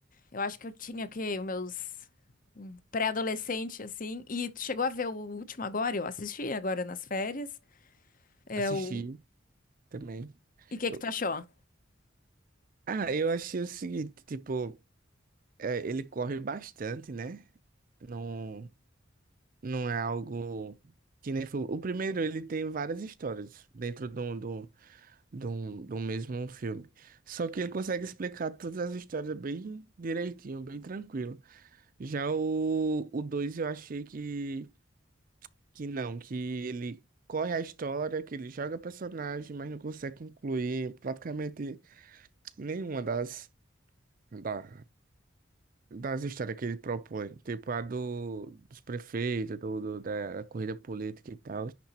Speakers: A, on the left; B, on the right.
A: Eu acho que eu tinha o quê? Os meus hum, pré-adolescente, assim. E tu chegou a ver o último agora? Eu assisti agora nas férias. É
B: Assisti
A: o...
B: também.
A: E o que
B: Eu-
A: que tu achou?
B: Ah, eu achei o seguinte, tipo, é, ele corre bastante, né? Não. Não é algo que nem foi. O primeiro, ele tem várias histórias dentro do, do, do, do mesmo filme. Só que ele consegue explicar todas as histórias bem direitinho, bem tranquilo. Já o, o dois eu achei que, que não, que ele corre a história, que ele joga personagem, mas não consegue concluir praticamente nenhuma das. da das histórias que ele propõe, tipo a do, dos prefeitos, do, do- da corrida política e tal.